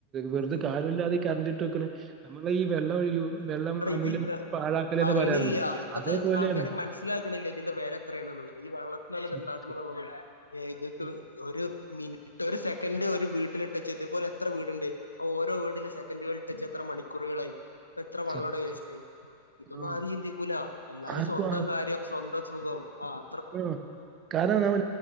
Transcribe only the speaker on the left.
ഉം
<unintelligible>
അറിയണില്ല
ഇപ്പത്തെ
ആൾക്കാര <unintelligible> മനസിലാക്കണില്ലേ ഇതിന്റെ വില എത്രയാണ്ന്നുള്ളത് ഈ വള്ളത്തിനാണ് ഇത്
ഇണ്ടാക്കണ എന്നുള്ളതും ഇതൊക്കെ
ഒരു മിനിറ്റ് ഒരു സെക്കൻഡ് ഒരു വീട്ടിലിട്ട ചെയ്ത്പോലെ എത്ര വീടുണ്ട് ഓരോ വീടിലും സെക്കൻറുകൾ ട്ടച്ച് എത്ര മണിക്കൂറുകളായി എത്ര വെള്ള
അവടെ വേസ്റ്റ് ആയി ഇതൊന്നും
ആരും ചിന്തിക്കൂല എല്ലാരും
സ്വന്തം കാര്യം സ്വന്തം സുഖം ആഹ്